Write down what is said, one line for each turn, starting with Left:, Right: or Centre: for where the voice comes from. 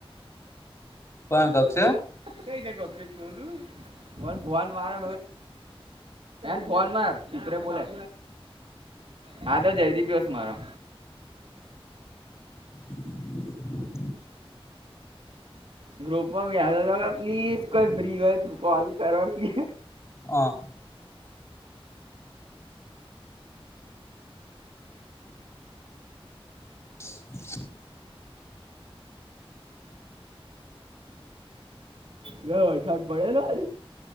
Left: પણ કક્ષે
Right: કઈ છે ઓફિસ મને ફોન મારે <unintelligible> ફોન માર. તિતરે બોલાય હા તો જયદીપીવસ મારો
Left: <inaudible>
Right: ગ્રુપમાં મે આ પ્લીઝ કોઈ ફ્રી હોય કોલ કરોનની
Left: હ <inaudible>
Right: કયો વરસાદ પડેલો?